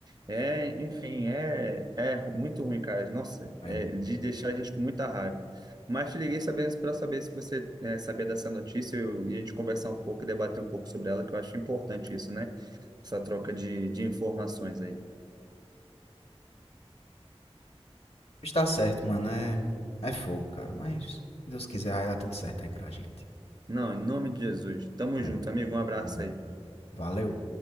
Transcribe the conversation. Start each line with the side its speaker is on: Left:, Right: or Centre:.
Right: É, enfim, é, é muito ruim, cara. Nossa,
Left: É.
Right: é de deixar a gente com muita raiva. Mas te liguei sabendo para saber se você é, sabia dessa notícia eu- e a gente conversar um pouco e debater um pouco sobre ela, que eu acho importante isso, né? Essa troca de, de informações aí.
Left: Está certo, mano, é é fogo, cara, mas se Deus quiser vai dar tudo certo aí pra gente.
Right: Não, em nome de Jesus. Tamo junto,
Left: É,
Right: amigo. Um abraço
Left: amém.
Right: aí.
Left: Valeu.